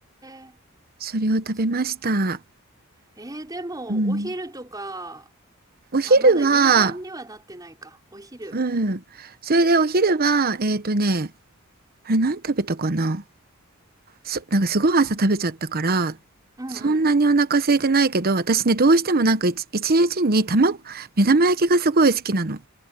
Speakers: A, on the right; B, on the right.
A: え
B: それを食べました。
A: そうえー、でもお昼とか
B: うん。お昼は、
A: あまだ夕飯にはなってないかお昼
B: うん。それでお昼は、えっとね、あれ何食べたかなそ、なんかすごい朝食べちゃったから、
A: うんうん
B: そんなにお腹空いてないけど、私ね、どうしてもなんか一一日に卵、目玉焼きがすごい好きなの。